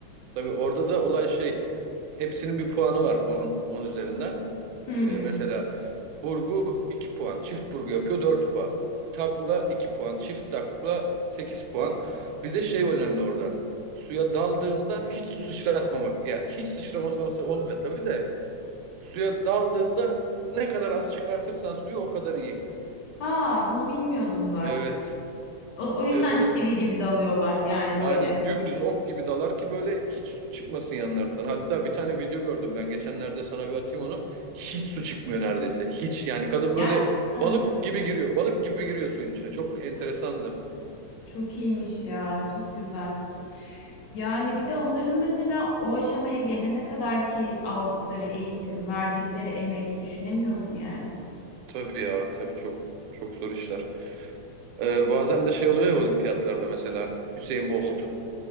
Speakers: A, on the right (about 80°); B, on the left (about 80°).
A: Tabii orada da olay şey. Hepsinin bir puanı var on on üzerinden.
B: Hmm.
A: E, mesela burgu 2 puan, çift burgu yapıyor 4 puan. Takla 2 puan, çift takla 8 puan. Bir de şey önemli orada. Suya daldığında hiç su sıçratmamak. Ya hiç sıçraması olmuyor tabii de. Suya daldığında ne kadar az çıkartırsan suyu o kadar iyi.
B: Aa, bunu bilmiyordum bak.
A: Evet.
B: O, o yüzden
A: Evet öyle
B: çivi gibi dalıyorlar yani böyle.
A: Aynen dümdüz ok gibi dalar ki böyle hiç su çıkmasın yanlardan. Hatta bir tane video gördüm ben geçenlerde sana bir atayım onu. Hiç su çıkmıyor neredeyse. Hiç yani kadın
B: Gerçekten
A: böyle balık
B: mi?
A: gibi giriyor. Balık gibi giriyor suyun içine. Çok enteresan da.
B: Çok iyiymiş ya, çok güzel. Yani bir de onların mesela o aşamaya gelene kadar ki aldıkları eğitim, verdikleri emek düşünemiyorum yani.
A: Tabii ya tabii çok çok zor işler. Ee, bazen de şey oluyor ya olimpiyatlarda mesela Hüseyin Bolt.